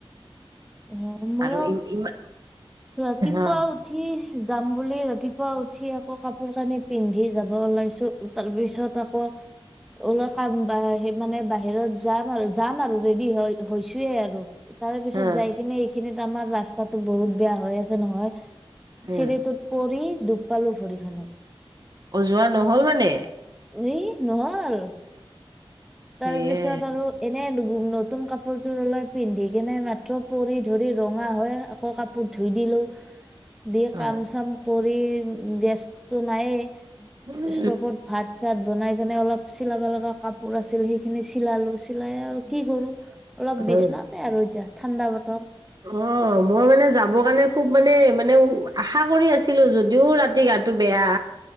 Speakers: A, in the centre; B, on the right (about 45°).
A: অ' ময়ো
B: আৰু ই ইমান
A: ৰাতিপুৱা
B: অ
A: উঠি যাম বুলি ৰাতিপুৱা উঠি আকৌ কাপোৰ কানি পিন্ধি যাব ওলাইছো তাৰ পিছত আকৌ ওলা কাম সেই মানে বাহিৰত যাম আৰু যাম আৰু ৰেডি হয় হৈছোয়ে আৰু তাৰ পিছত
B: অ
A: যাই মানে এইখিনিত আমাৰ ৰাস্তাতো বহুত বেয়া হৈ আছে নহয়।
B: উম
A: চিৰি তোত পৰি দুুখ পালো ভৰিখনত।
B: ও যোৱা নহ'ল মানে
A: উ এই নহ'ল। তাৰপিছত
B: সেয়ে
A: আৰু এনে দু উ নতুন কাপোৰযোৰ উলাই পিন্ধি কিনে মাত্ৰ পৰি ধৰি ৰঙা হয় আকৌ কাপোৰ ধুই দিলো। দি কাম
B: অ
A: চাম কৰ ই গেছ টো নায়েই।
B: উম
A: ষ্টপত ভাত-চাত। বনাই কেনে অলপ চিলাব লগা কাপোৰ আছিল, সেইখিনি চিলালো, চিলাই আৰু কি কৰো। অলপ
B: উম
A: বিচনাতে আৰু এতিয়া ঠাণ্ডা বত তৰ।
B: অ' মই মানে যাব কাৰণে খুব মানে, মানে আশা কৰি আছিলো যদিও ৰা গাটো বেয়া